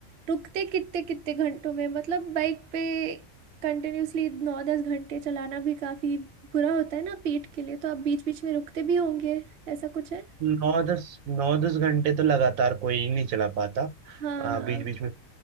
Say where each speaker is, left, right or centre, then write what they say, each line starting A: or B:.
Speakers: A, on the right; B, on the right.
A: रुकते कितने कितने घंटों में मतलब बाइक पे कंटिन्यूसली नौ दस घंटे चलाना भी काफी बुरा होता है ना पेट के लिए तो आप बीच बीच में रुकते भी होंगे ऐसा कुछ है
B: नौ दस नौ दस घंटे तो लगातार कोई नहीं चला पाता
A: हाँ हाँ
B: बीच बीच में